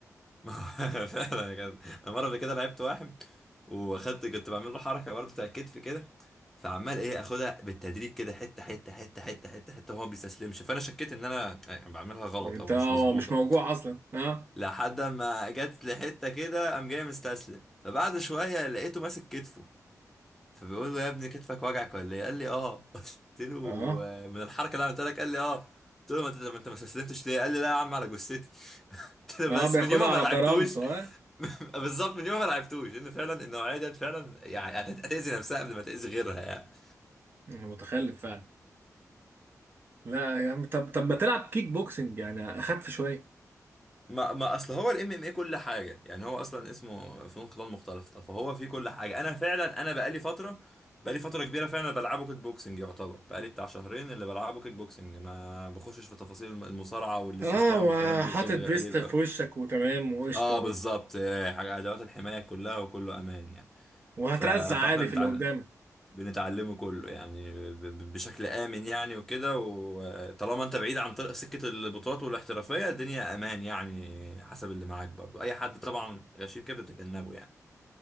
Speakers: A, in the centre; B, on the right.
A: <laughs> فعلا كده انا مره قبل كده لعبت واحد واخدت كنت بعمل له حركه برضه بتاع الكتف كده فعمال ايه اخدها بالتدريج كده حته حته حته حته حته حته وهو ما بيستسلمش فانا شكيت ان انا يعني بعملها غلط
B: وانت
A: او مش
B: هو
A: مظبوطه
B: مش موجوع اصلا اه
A: لحد ما جت لحته كده قام جاي مستسلم فبعد شويه لقيته ماسك كتفه فبيقول له يا ابني كتفك وجعك ولا ايه قال لي اه <laughs> قلت له
B: اه
A: آه، من الحركه اللي انا قلت لك قال لي اه قلت له ما انت ما انت ما استسلمتش ليه قال لي لا يا عم على جثتي <laughs> قلت له
B: اه
A: بس
B: بياخدها
A: من يوم
B: على
A: ما لعبتوش
B: كرامته اه
A: <laughs> بالظبط من يوم ما لعبتوش ان فعلا النوعيه ديت فعلا يعني هت- هتاذي نفسها قبل ما تاذي غيرها يعني
B: متخلف فعلا لا يا عم طب طب ما تلعب كيك بوكسنج يعني اخف شويه
A: ما ما اصل هو الام ام اي كل حاجه يعني هو اصلا اسمه فنون قتال مختلطه فهو فيه كل حاجه انا فعلا انا بقالي فتره بقالي فتره كبيره فعلا بلعبه كيك بوكسنج يعتبر بقالي بتاع شهرين اللي بلعبه كيك بوكسنج ما بخشش في تفاصيل الم- المصارعه والاستسلام
B: اه وحاطط
A: والكلام دي وكده غير
B: فيست
A: قليل
B: في
A: قوي
B: وشك وتمام وقشطه
A: اه بالظبط آه، حاجه ادوات الحمايه كلها وكله امان يعني
B: وهترزع
A: ف... فاحنا
B: عادي
A: متعلم
B: في اللي قدامك
A: بنتعلمه كله يعني ب- ب- بشكل آمن يعني وكده وطالما انت بعيد عن طريق سكة البطولات والاحترافية الدنيا أمان يعني حسب اللي معاك برضو أي حد طبعا غشيم كده بتتجنبه يعني